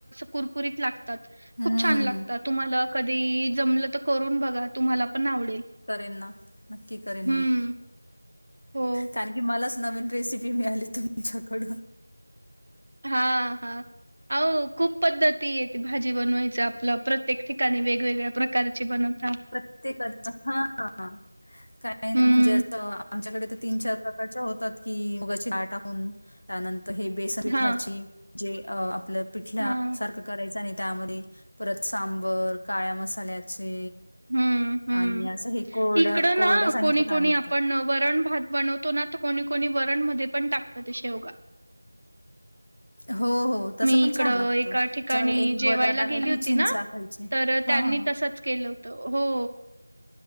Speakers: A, on the right; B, on the left.
A: कुरकुरीत लागतात
B: हम्म
A: खूप
B: हम्म
A: छान लागतात तुम्हाला कधी जमलं करून बघा तुम्हाला पण आवडेल
B: े ना नक्की करेन
A: हं.
B: मी
A: हो.
B: कारण की मलाच नवीन रेसिपी मिळाली त तुमच्याकडून
A: हा हा अ खूप पद्धती येते भाजी बनवायच आपलं प्रत्येक ठिका नी वेगवेगळ्या प्रकारचे बनवत
B: प्रत्येक हा ह काय
A: हं.
B: म्हणजे असं आमच्याकडे तर तीन चार प्रकारच्या होतात कि मुगाची ळ टाकून त्यानंतर हे बेसन पिठाची
A: हां,
B: जे आपलं पिठल्या
A: हां.
B: सारखं करायचा नाही त्यामध्ये परत सांबर काळ्या मसाल्याचे
A: हम्म हम्
B: आणि असं हे कोरडं
A: इकडं
B: कोरडं
A: ना
B: सांगितलं
A: कोणी
B: काय
A: कोणी
B: म्हणतं
A: आपण वरण भात बनवतो ना तर कोणी कोणी वरण मध्ये पण टाकत ते शेवगा
B: <inaudible>
A: मी इकड
B: छान
A: एका
B: लागतं. त्याच्यामध्ये
A: ठिकाणी
B: एक
A: जेवायला
B: बटाटा टाकायचा
A: गेली
B: आणि
A: होती
B: चिंच
A: ना
B: टाकायची.
A: तर
B: हां,
A: त्यांनी
B: हां, हां.
A: तसंच केलं होत हो